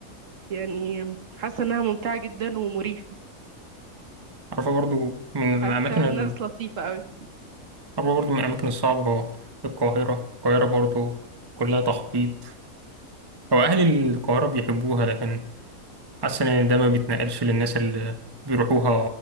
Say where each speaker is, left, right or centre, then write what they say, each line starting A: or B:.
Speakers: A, on the right; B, on the right.
A: يعني حاسة انها ممتعة جدا ومريحة
B: عارفة برضو من الأماكن
A: حتى
B: ال...
A: الناس لطيفة قوي
B: عارفة برضو من الأماكن الصعبة القاهرة القاهرة برضو كلها تخبيط هو أهل القاهرة بيحبوها لكن حاسس إن ده ما بيتنقلش للناس اللي بيروحوها